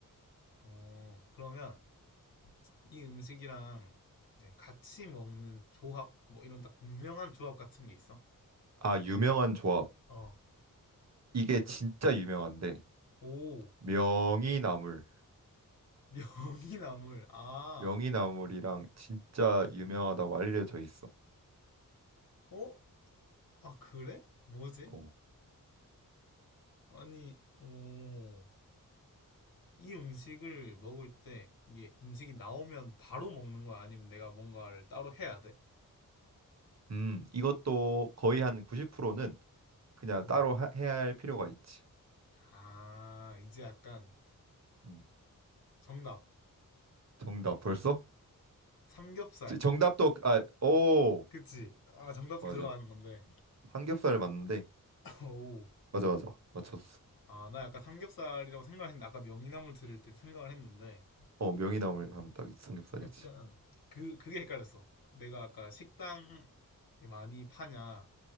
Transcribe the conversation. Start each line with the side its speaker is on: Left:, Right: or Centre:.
Left: 어, 그러면 이 음식이랑 이제 같이 먹는 조합, 뭐 이런 딱 유명한 조합 같은 게 있어?
Right: 아, 유명한 조합.
Left: 어.
Right: 이게 진짜 유명한데.
Left: 오,
Right: 명이나물.
Left: <laughs> 명이나물. 아,
Right: 명이나물이랑 진짜 유명하다고 알려져 있어.
Left: 어? 아, 그래? 뭐지?
Right: 어.
Left: 아니, 오. 이 음식을 먹을 때 이게 음식이 나오면 바로 먹는 거야? 아니면 내가 뭔가를 따로 해야 돼?
Right: 음, 이것도 거의 한 90%는 그냥
Left: 음.
Right: 따로 하- 해야 할 필요가 있지.
Left: 아, 이제 약간
Right: 음.
Left: 정답.
Right: 정답 벌써?
Left: 삼겹살.
Right: 지- 정답도 아, 오
Left: 그치? 아, 정답도
Right: 맞아.
Left: 들어가는 건데.
Right: 삼겹살 맞는데
Left: <laughs> 오.
Right: 맞아 맞아 맞췄어.
Left: 아, 나 약간 삼겹살이라고 생각을 했는데, 아까 명이나물 들을 때 생각을 했는데,
Right: 어 명이나물 하면 딱 삼겹살이지.
Left: 약간 그, 그게 헷갈렸어. 내가 아까 식당 많이 파냐